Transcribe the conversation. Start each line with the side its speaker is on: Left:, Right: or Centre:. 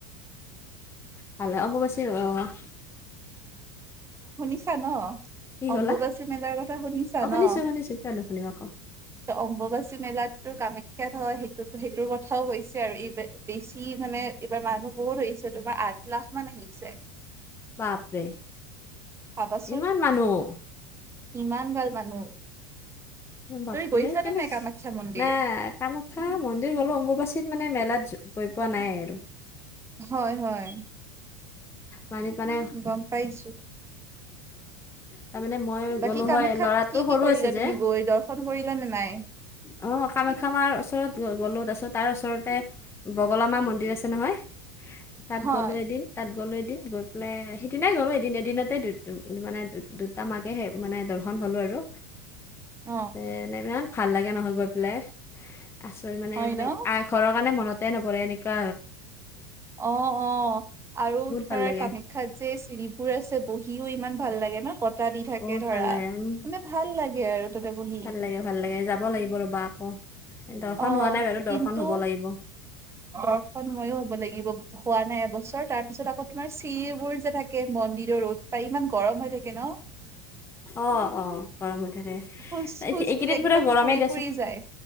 Left: ভালে অম্বুবাচী আহ।
Right: শুনিছা ন? অম্বুবাচী
Left: ক'লা?
Right: মেলাৰ কথা শুনিছা
Left: অ', শুনিছো
Right: ন?
Left: শুনিছো কিয় নুশুনিম আকৌ
Right: ত অম্বুবাচী মেলাতটো কামাখ্যাত হয় সেইটো সেইটোৰ কথাও কৈছ। আৰু এই বেছি মানে এইবাৰ মানুহ বহুত আহিছে তোমাৰ আঠ লাখ মান আহিছে।
Left: বাপৰে
Right: ভাবাচোন
Left: ইমান মানুহ।
Right: ইমান গাল মানুহ।
Left: বাপৰে
Right: তুমি গৈছানে
Left: কেনে
Right: নাই কামাখ্যা মন্দিৰ?
Left: নাই কামাখ্যা মন্দিৰ গলো অম্বুবাচীত মানে মেলাত গৈ পোৱা নাই আৰু
Right: হয় হয়।
Left: মানে মানে
Right: গম পাইছো।
Left: তাৰমানে মই
Right: বাকী
Left: গ'লো
Right: কামাখ্যাত
Left: হয় ল'ৰাটো
Right: কি কি
Left: সৰু
Right: কৰিলা
Left: আছে যে।
Right: তুমি গৈ দৰ্শন কৰিলা নে নাই?
Left: অ কামাখ্যা মাৰ ওচৰত গ'লো তাৰপিছত তাৰ ওচৰতে বগলামা মন্দিৰ আছে নহয়, তাত
Right: হয়
Left: গ'লোঁ এদিন তাত গ'লোঁ এদিন গৈ পেলাই সেইদিনাই গ'লোঁ এদিন এদিনতে দু মানে দুটা মাকে স মানে দৰ্শন হলো আৰু
Right: অ
Left: তে ইমান ভাল লাগে নহয় গৈ পেলাই তাৰপিছত মানে,
Right: হয় ন?
Left: আ ঘৰৰ কাৰণে মন তে নপৰে এনেকা
Right: অ অ আৰু তোমাৰ
Left: ভাল লাগে
Right: কামাখ্যাত যে চিৰিবোৰ আছে বহিও ইমান ভাল লাগে ন? বতাহ দি থাকে
Left: বহুত
Right: ধৰা
Left: ভাল লাগে উম
Right: মানে ভাল লাগে আৰু। তাতে বহি
Left: ভাল লাগে ভাল লাগে যাব লাগিব ৰ'বা আকৌ, দৰ্শন
Right: অ
Left: হোৱা নাই বাৰু দৰ্শন
Right: কিন্তু
Left: হব লাগিব।
Right: দৰ্শন ময়ো হ'ব লাগিব হোৱা নাই এবছৰ তাৰ পিছত আকৌ তোমাৰ চিৰিবোৰ যে থাকে ম মন্দিৰৰ ৰ'দ পাই ইমান গৰম হৈ থাকে ন?
Left: অ অ গৰম হৈ থাকে।
Right: খোজ
Left: এইকেইদিন
Right: খোজ দিলে একদম
Left: পোৰা গৰমেই
Right: পুৰি
Left: দিয়াচোন।
Right: পুৰি যায়